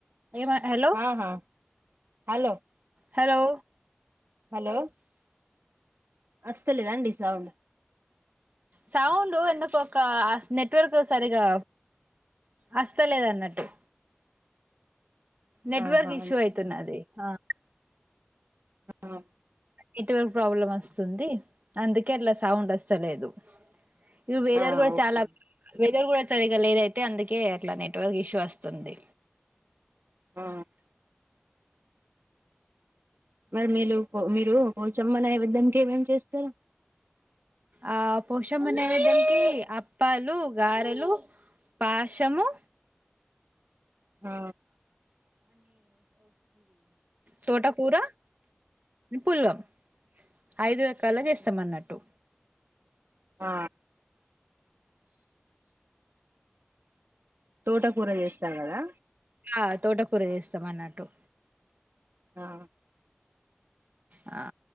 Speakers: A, on the right; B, on the right.
A: ఏమ హలో
B: ఆహా హలో
A: హలో
B: హలో అస్తలేదా అండి సౌండ్
A: సౌండ్ ఎందుకు ఒక హా నెట్వర్క్ సరిగా వస్తలేదన్నట్టు నెట్వర్క్
B: ఆహా
A: ఇష్యూ అయితున్నది హ్
B: అవునా
A: నెట్వర్క్ ప్రాబ్లం వస్తుంది, అందుకే అట్లా సౌండ్ వస్తలేదు. ఇవ్ వెదర్
B: ఆ
A: కూడా
B: ఓకే
A: చాలా వెదర్ కూడ సరిగా లేదు అయితే, అందుకే అట్లా నెట్వర్క్ ఇష్యూ వస్తుంది.
B: ఆ మరి మీరు పో మీరు పోచమ్మ నైవేద్యం కి ఏం ఏం చేస్తారు
A: ఆ పోషమ్మ నైవేద్యంకి అప్పాలు, గారెలు, పాశము
B: ఆ
A: తోటకూర, పులగం ఐదు రకాల చేస్తాం అన్నట్టు
B: ఆ తోటకూర చేస్తార్ కదా
A: ఆ తోటకూర చేస్తాం అన్నట్టు
B: ఆ
A: హా